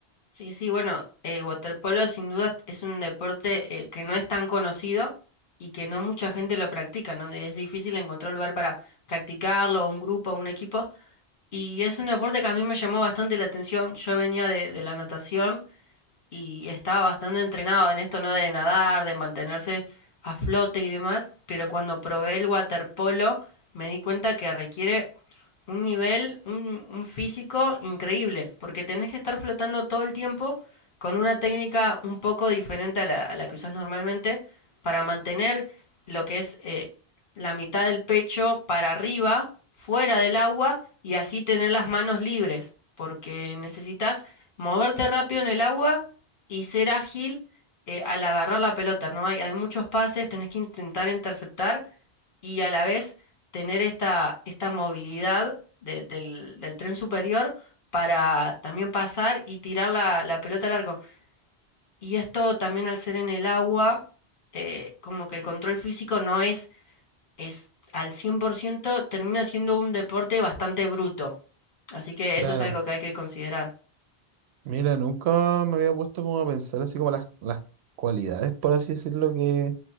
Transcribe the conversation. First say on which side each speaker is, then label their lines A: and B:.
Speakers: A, on the left; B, on the right.
A: Sí, sí, bueno, eh, waterpolo sin duda es un deporte eh, que no es tan conocido y que no mucha gente lo practica, ¿no? Es difícil encontrar un lugar para practicarlo, un grupo, un equipo. Y es un deporte que a mí me llamó bastante la atención. Yo venía de, de la natación y estaba bastante entrenado en esto, ¿no? De nadar, de mantenerse a flote y demás, pero cuando probé el waterpolo me di cuenta que requiere un nivel, un, un físico increíble, porque tenés que estar flotando todo el tiempo con una técnica un poco diferente a la, a la que usás normalmente para mantener lo que es eh, la mitad del pecho para arriba, fuera del agua y así tener las manos libres, porque necesitas moverte rápido en el agua y ser ágil eh, al agarrar la pelota, ¿no? Hay, hay muchos pases, tenés que intentar interceptar y a la vez tener esta, esta movilidad de- del, del tren superior para también pasar y tirar la, la pelota al arco. Y esto también al ser en el agua, eh, como que el control físico no es, es al cien por ciento termina siendo un deporte bastante bruto. Así que
B: claro
A: eso es algo que hay que considerar.
B: Mira, nunca me había puesto como a pensar así como las, las cualidades, por así decirlo, que,